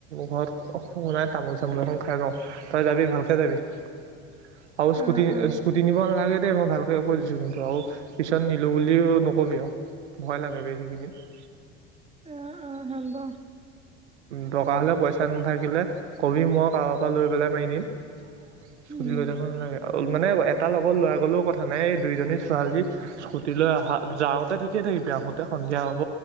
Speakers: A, on the right; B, on the right.
A: ঘৰত সোমাই তামোল চামোল এখন খাই লওঁ। তই যাবি ভালকে যাবি আৰু স্কুটি,
B: অ', অ',
A: স্কুটি নিব নালাগে। দেই মই ভালকে কৈ দিছোঁ কিন্তু আৰু পিছত নিলো বুলিও নকবি আৰু। ভয় লাগে। সেইখিনিত
B: অ' অ' হ'ব।
A: দৰকাৰ হ'লে পইচা নাথাকিলে কবি, মই কাৰোবাৰ পৰা লৈ পেলাই মাৰি দিম। সুধিল
B: উম,
A: দে লাগে আউল। মানে এটা লগত ল'ৰা গ'লেও কথা নাই এই দুইজনী ছোৱালী স্কুটীলৈ অহা যাওঁতে ঠিকেই থাকিব। আহোঁ‌তে সন্ধিয়া হ'ব।